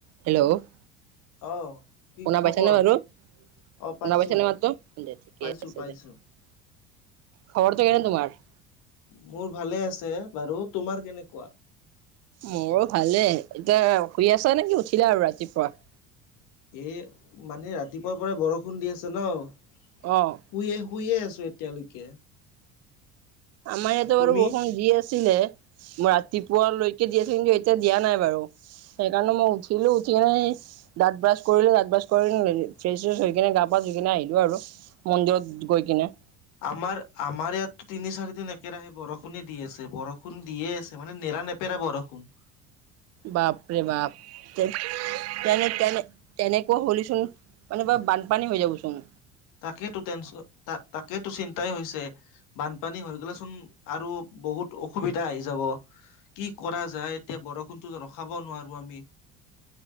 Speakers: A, on the right; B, on the left.
A: হেল্ল' <inaudible>
B: অহ <unintelligible>
A: শুনা
B: খবৰ
A: পাইছা নে বাৰু?
B: অ পাইছো
A: শুনা পাইছনে মাততো? দে ঠিকে
B: পাইছো
A: আছে
B: পাইছো
A: দে। <unintelligible> খবৰটো কেনে তোমাৰ? <inaudible>
B: মোৰ ভালে আছে বাৰু। তোমাৰ কেনেকুৱা? <unintelligible>
A: মোৰো ভালে। এতিয়া শুই আছা নেকি উঠিলা আৰু ৰাতিপুৱা? <inaudible>
B: এ মানে ৰাতিপুৱাৰ পৰাই বৰষুণ দি আছে ন? <unintelligible>
A: অঁ <unintelligible>
B: শুইয়ে-শুইয়ে আছোঁ এতিয়ালৈকে। <unintelligible>
A: আমাৰ ইয়াতে
B: তুমি
A: বাৰু বৰষুণ দি আছিল হে। <unintelligible> মই ৰাতিপুৱালৈকে দি আছিলে কিন্তু এতিয়া দিয়া নাই বাৰু। <unintelligible> সেইকাৰণে মই উঠিলো উঠি এনেই <unintelligible> দাঁত ব্ৰাছ কৰিলোঁ দাঁত ব্ৰাছ কৰি ফ্ৰেচ-চেচ হৈ কিনে গা পা ধুই কিনে আহিলো আৰু। <unintelligible> মন্দিৰত গৈ কিনে। <inaudible>
B: আমাৰ-আমাৰ ইয়াততো তিনি-চাৰি দিন একেৰাহে বৰষুণে দি আছে বৰষুণ দিয়ে আছে। মানে নেৰা-নেপ <unintelligible> পেৰা বৰষুণ। <inaudible>
A: বাপৰে বাপ <unintelligible> তেনে-তেনে-তেনেকুৱা হ'লে চোন মানে <unintelligible> বানপানী হৈ যাব চোন।
B: তাকেতো টেনচন <inaudible> তাকেতো চিন্তাই হৈছে। বানপানী হৈ গ'লে চোন আৰু বহুত অসুবিধা আহি যাব। <unintelligible> কি কৰা যায় এতিয়া বৰষুণটো ৰখাব নোৱাৰোঁ আমি। <unintelligible>